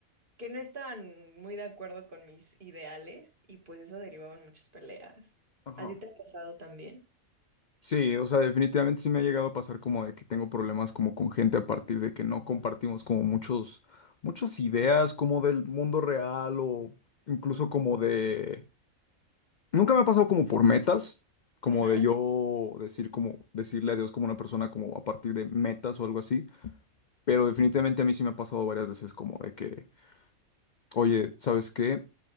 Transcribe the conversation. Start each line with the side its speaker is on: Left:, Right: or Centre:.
Right: que no estaban muy de acuerdo con mis ideales y pues eso derivaba en muchas peleas.
Left: Ajá.
Right: ¿A ti te ha pasado también?
Left: Sí, o sea, definitivamente sí me ha llegado a pasar como de que tengo problemas como con gente a partir de que no compartimos como muchos, muchas ideas como del mundo real o incluso como de Nunca me ha pasado como por metas, como
Right: Ajá,
Left: de yo decir como decirle adiós como una persona como a partir de metas o algo así, pero definitivamente a mí sí me ha pasado varias veces como de que, oye, ¿sabes qué?